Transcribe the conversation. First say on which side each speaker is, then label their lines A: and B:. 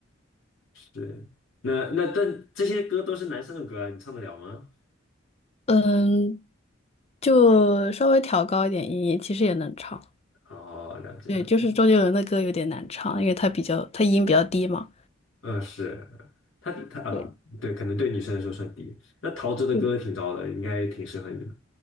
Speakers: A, on the left; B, on the left.
A: 是。那那但这些歌都是男生的歌啊，你唱得了吗？
B: 嗯，就稍微调高一点音域，其实也能唱。
A: 哦，了解了，
B: 对，就是周杰伦的歌有点难唱，因为他比较他音比较低嘛。
A: 嗯，是。他他啊，
B: 对，
A: 对，可能对女生来说算低。那陶喆的歌挺高的，
B: 是的
A: 应该挺适合你的。